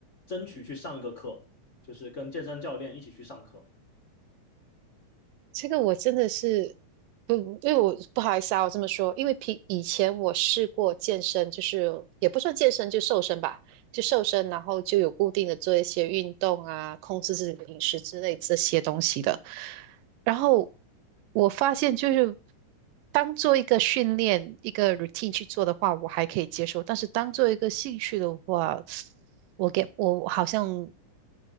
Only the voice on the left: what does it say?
争取去上一个课，就是跟健身教练一起去上课。